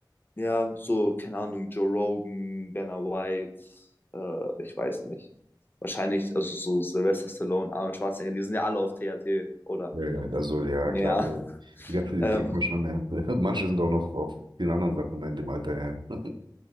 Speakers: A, on the left; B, on the right.
A: ja, so, keine Ahnung, Joe Rogan, Dana White, äh, ich weiß nicht. Wahrscheinlich, also so Sylvester Stallone, Arnold Schwarzenegger, die sind ja alle auf TRT oder
B: Ja, ja, also ja,
A: mehr.
B: klar. So.
A: <laughs>
B: Ja, denkt
A: Ähm,
B: man schon, ja. <laughs> Und manche sind auch noch auf vielen anderen Sachen in dem Alter, ja. <laughs>